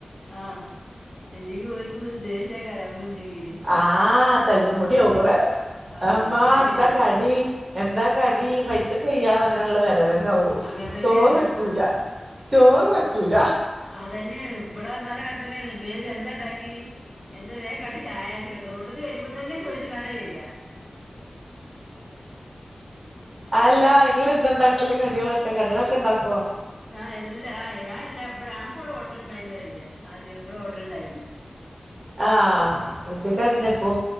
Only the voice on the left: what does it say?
ആഹ് എല്ലെങ്കും ഒൽക്ക് ദേഷ്യ കാരം ഒന്നുല്ലെങ്കില്
ആഹ്
അങ്ങനെ തന്നെയാണ്
അങ്ങനെ തന്നെയാണ്
അതന്നെനയാണ് ഇവിട വന്ന അങ്ങനെ തന്നെണ് വേഗം എന്താ ഉണ്ടാക്കി എന്ത് വേഗ കടി ചായ റൂട്ടത്ത് വരുമ്പോ തന്നെ ചോദിച്ച കാണ്ടേ വരിയാ
ഞ എല്ലാ ഞാൻ എല്ലാംടെ ഞങ്ങക്കൂവിടെ ഓർട്ടർ ഉണ്ടായിുന്നതല്ലേ ആദ്യം നമ്മടെ ഓർട്ടർ ഉണ്ടായിരുന്നു